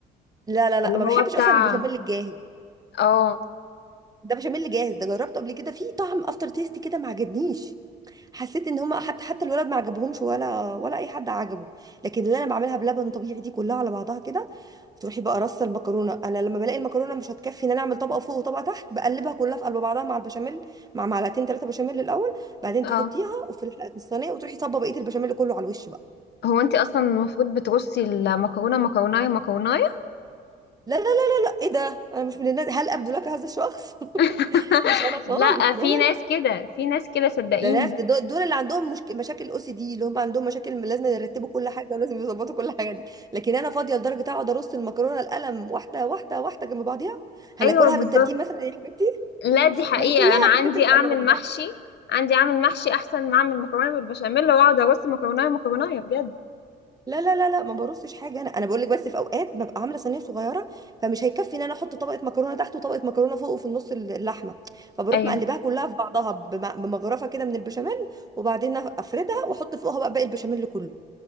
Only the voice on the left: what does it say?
اللي
هو
بتاع
اه
اه
هو انت اصلا المفروض بترصي المكرونه مكرونايه مكرونايه
<laughs>
لا
في
ناس كده في ناس كده صدقيني
ايوه بالظبط
لا دي حقيقة
أنا عندي
أعمل
محشي عندي أعمل محشي أحسن ما أعمل مكرونة بالبشاميل وأقعد أرص مكرونة مكرونة بجد
ايوه